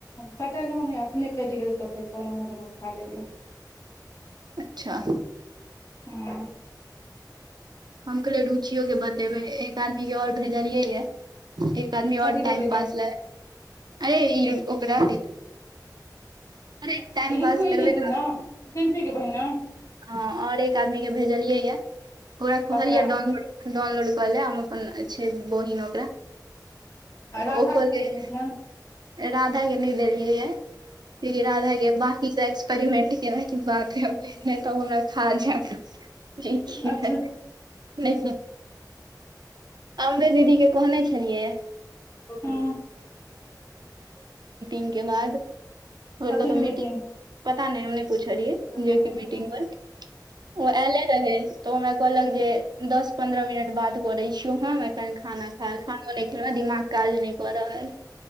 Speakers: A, on the left (about 45°); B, on the right (about 70°).
A: कटलहु ने अपने कटि गेल तो फेर कोनो उम्हर मे उठा लेलिय
B: अच्छा
A: हँ
B: हम कहले रुचियो के बतेबे एक आदमी के और भेजलियै य एक आदमी आओर
A: कथी
B: टाइम
A: बतेबै
B: पास लए अरे ओकरा अरे टाइम
A: ई ऋतु
B: पास
A: ई
B: करबै
A: ने ऋतु सिम्पीे बहिन ना
B: हँ आओर एक आदमीके भेजलियै यए ओकरा कहलियै
A: ककरा
B: डाउनलोड डाउनलोड कऽ ले हम अपन छै बहिन ओकरा
A: आ राधा
B: ओ कहलाई
A: के नहि देने छियनि
B: राधा के न देलिये ये कि राधा के बंकी से एक्सपेरिमेंट केेले बात ह पने तऽ ओ हमरा खा जा ज नहि
A: अच्छा
B: हमर दीदी के छलमे ते रह
A: हूँ
B: के ब
A: कथी
B: क
A: के
B: मीटि
A: मीटिंग
B: पता नहि हम पूछलियै
A: हूँ
B: जे ग ओ एऐले रहे तऽ हमरा कहलक जे दस पन्द्रह मिनट बाद करे छीियो हम एखन खाना खर खाना नहि खेल ह दिमाग काज नहि करऽ रहल है